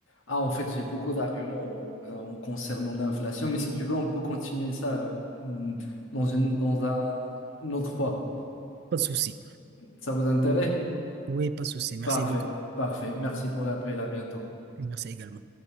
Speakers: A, on the left; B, on the right.
A: Ah, en fait, j'ai beaucoup d'arguments euh, en, concernant l'inflation, mais si tu veux, on peut continuer ça là, mm, dans une, dans un, une autre fois.
B: Pas de souci.
A: Ça vous intéresse?
B: Oui, pas de souci. Merci
A: Parfait,
B: beaucoup.
A: parfait. Merci pour l'appel, à bientôt.
B: Merci également.